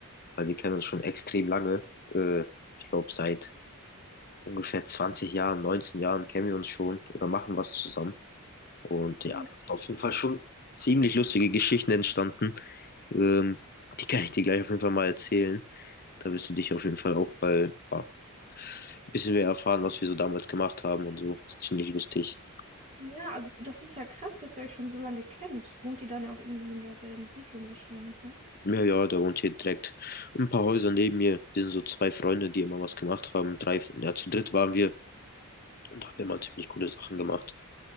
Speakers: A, on the left; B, on the right.
A: weil wir kennen uns schon extrem lange. Äh, ich glaube, seit ungefähr 20 Jahren, 19 Jahren kennen wir uns schon oder machen was zusammen. Und
B: Hm,
A: ja, da sind auf jeden Fall schon ziemlich lustige Geschichten entstanden. Ähm, die kann ich dir gleich auf jeden Fall mal erzählen. Da wirst du dich auf jeden Fall auch mal ja, ein bisschen mehr erfahren, was wir so damals gemacht haben und so. Ist ziemlich lustig.
B: Ja, also das ist ja krass, dass ihr euch schon so lange kennt. Wohnt ihr dann ja auch irgendwie in derselben Siedlung wahrscheinlich, ne?
A: Ja, ja, da wohnt hier direkt ein paar Häuser neben mir. Wir sind so zwei Freunde, die immer was gemacht haben. Drei, ja, zu dritt waren wir und da haben wir immer ziemlich coole Sachen gemacht.